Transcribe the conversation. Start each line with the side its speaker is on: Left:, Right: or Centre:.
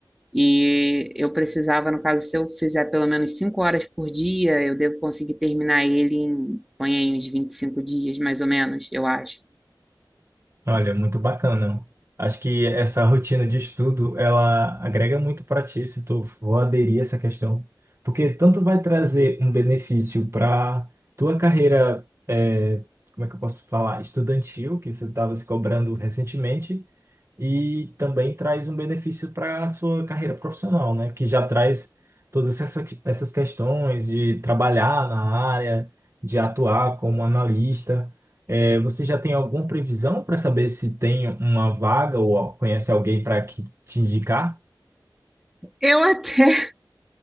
Centre: E eu precisava, no caso, se eu fizer pelo menos 5 horas por dia, eu devo conseguir terminar ele em, põe aí, uns 25 dias, mais ou menos, eu acho.
Right: Olha, muito bacana. Acho que essa rotina de estudo, ela agrega muito para ti, se tu for aderir a essa questão, porque tanto vai trazer um benefício para tua carreira, eh, como é que eu posso falar, estudantil, que você estava se cobrando recentemente, e também traz um benefício para a sua carreira profissional, né? Que já traz todas essa- essas questões de trabalhar na área, de atuar como analista. É, você já tem alguma previsão para saber se tem uma vaga ou conhece alguém para que te indicar?
Centre: Eu até